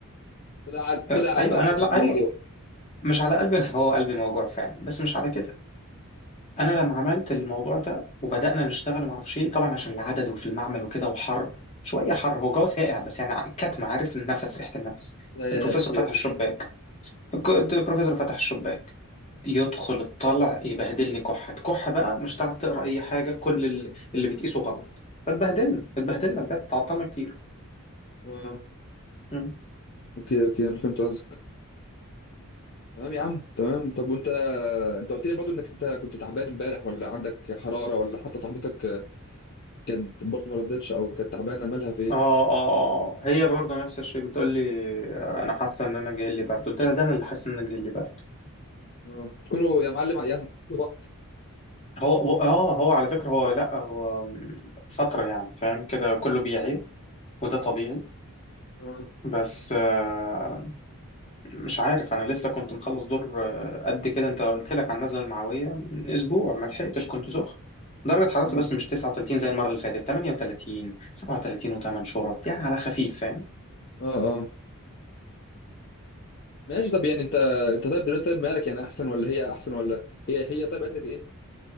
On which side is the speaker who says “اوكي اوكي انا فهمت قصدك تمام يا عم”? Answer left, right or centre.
Left